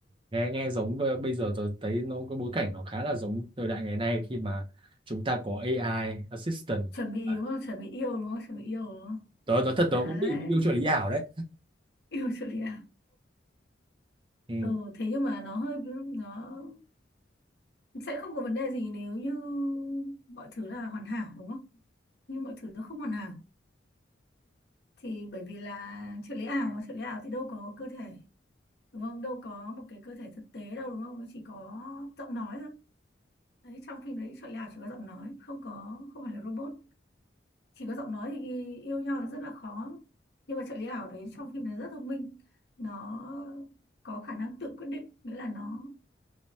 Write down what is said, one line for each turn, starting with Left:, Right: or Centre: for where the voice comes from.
Right: nghe nghe giống b- bây giờ tôi thấy nó có bối cảnh nó khá là giống thời đại ngày nay khi mà chúng ta có AI assistant
Left: chuẩn bị yêu
Right: À,
Left: đúng không chuẩn bị yêu đúng không chuẩn bị yêu đúng không
Right: tớ nói thật
Left: đấy
Right: tớ cũng bị yêu trợ lý ảo đấy
Left: <laughs> yêu trợ lý ảo
Right: ừ.
Left: ừ thế nhưng mà nó hơi nó sẽ không có vấn đề gì nếu như mọi thứ là hoàn hảo đúng không nhưng mọi thứ nó không hoàn hảo thì bởi vì là trợ lý ảo mà trợ lý ảo thì đâu có cơ thể đúng không đâu có một cái cơ thể thực tế đâu đúng không nó chỉ có giọng nói thôi đấy trong phim đấy trợ lý ảo chỉ có giọng nói không có không phải là robot chỉ có giọng nói thì yêu nhau là rất là khó nhưng mà trợ lý ảo đấy trong phim đấy rất thông minh nó có khả năng tự quyết định nghĩa là nó